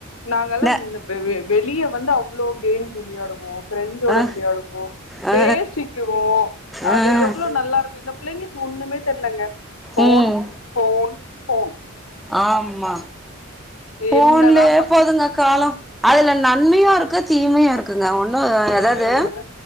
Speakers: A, on the left; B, in the centre.
A: நாங்கல்லா
B: ந
A: இந்த வெ வெ வெளிய வந்த அவ்வளோ கேம்ஸ் விளையாடுவோ ப்ரெண்ட்ஸோட
B: ஆ
A: விளையாடுவோ
B: ஆ
A: பேசிக்குவோ
B: ஆ
A: அது எவ்வளவு நல்லா இருக்கு இந்த பிள்ளைங்க ஒண்ணுமே தெர்லங்க போன்
B: ம்
A: போன் போன்
B: ஆமா போன்லேயே
A: என்னதா பண்
B: போதுங்க கால அதுல நன்மையு இருக்கு தீமையு இருக் குங்க ஒன்னு
A: ம்
B: அதாது